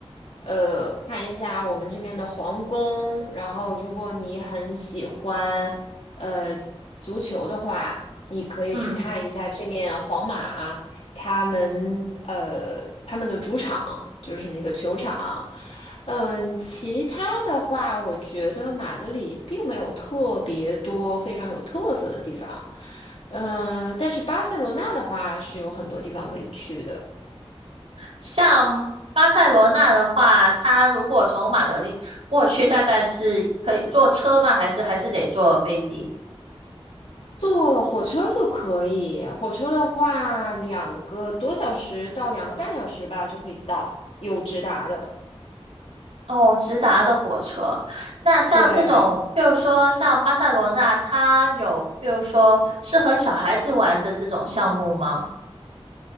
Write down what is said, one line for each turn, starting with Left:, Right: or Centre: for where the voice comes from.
Left: 呃，看一下我们这边的皇宫。然后，如果你很喜欢，呃，足球的话，你可以去看一下这面皇马。
Right: 嗯，
Left: 他们呃他们的主场就是那个球场。嗯，其他的话，我觉得马德里并没有特别多非常有特色的地方。嗯，但是巴塞罗那的话是有很多地方可以去的，
Right: 像巴塞罗那的话，它如果从马德里过去，大概是可以坐车吗？还是还是得坐飞机？
Left: 坐火车就可以。火车的话，两个多小时到两个半小时吧就可以到，有直达的。
Right: 哦，直达的火车。那像这种，
Left: 对，
Right: 比如说像巴塞罗那，它有比如说适合小孩子玩的这种项目吗？